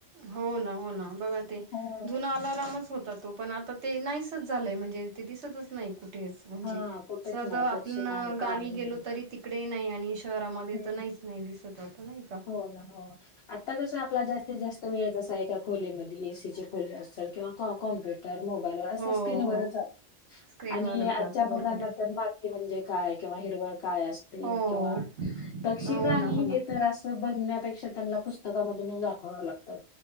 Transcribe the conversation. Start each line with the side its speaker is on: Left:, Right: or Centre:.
Right: हो ना, हो ना बघा ते
Left: हो.
Right: जुना मच होत. तो पण आता ते नाहीच झालंय, म्हणजे ते दिसतच नाही. कुठेच, म्हणजे
Left: हा कुठेच
Right: स
Left: नाही पक्षी
Right: आपण
Left: नाही प्राणी
Right: गावी
Left: नाही.
Right: गेलो तरी तिकडे नाही. आणि शहरामध्ये
Left: हम्म.
Right: तर नाहीच नाही. दिसत आता नाही का
Left: हो, ना हो, आता कसं आपला जास्तीत, जास्त वेळ कसा. एका खोलीमध्ये एसी खोली असतील. किंवा कॉम्प्युटर, मोबाईलवर, असं
Right: हो
Left: स्क्रीनवररच
Right: हो स्क्रीनवरच
Left: आणि आजच्या
Right: जाते
Left: मुलांनांतर
Right: बरोबर आहे
Left: मग म्हणजे काय, किंवा हिरवळ काय असते.
Right: हो
Left: किंवा पक्षी
Right: हो
Left: प्राणी
Right: ना हो ना
Left: हे तर अस बघण्यापेक्षा, त्यांना पुस्तकामधून दाखवां लागतात.